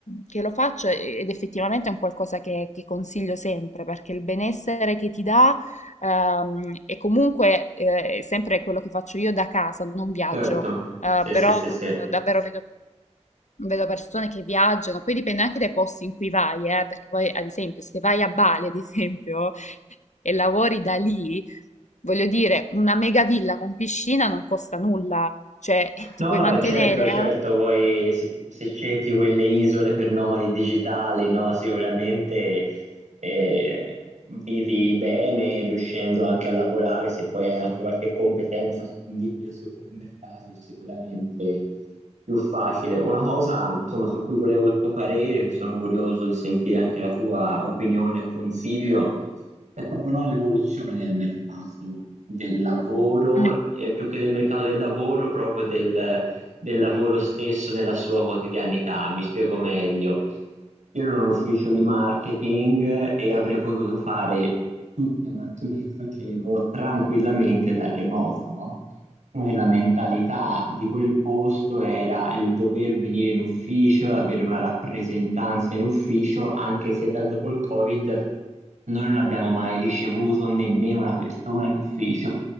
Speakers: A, on the left; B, on the right.
A: che lo faccio ed effettivamente è un qualcosa che, che consiglio sempre perché il benessere che ti dà ehm, è comunque eh, sempre quello che faccio io da casa, non viaggio,
B: Certo,
A: eh,
B: sì,
A: però
B: sì, sì, sì.
A: davvero vedo vedo persone che viaggiano, poi dipende anche dai posti in cui vai, eh, perché poi ad esempio se vai a Bali, ad esempio, <laughs> e lavori da lì, voglio dire, una mega villa con piscina non costa nulla, cioè eh, ti
B: No,
A: puoi
B: no,
A: mantenere,
B: eh, certo, certo, poi se se cerchi quelle isole per nomadi digitali, no, sicuramente eh, vivi bene riuscendo anche a lavorare, se poi hai anche qualche competenza spendibile su quel mercato, è sicuramente più facile. Una cosa, insomma, su cui volevo il tuo parere, sono curioso di sentire anche la tua opinione e consiglio è proprio no, l'evoluzione del mercato del lavoro,
A: eh? Mm.
B: e più che del mercato del lavoro, proprio del, del lavoro stesso nella sua quotidianità. Mi spiego meglio. Io ero in un ufficio di marketing e avrei potuto fare tutte le mansioni che facevo tranquillamente da remoto, no? diciamo, che la mentalità di quel posto era il dover venire in ufficio, avere una rappresentanza in ufficio, anche se da dopo il Covid noi non abbiamo mai ricevuto nemmeno una persona in ufficio,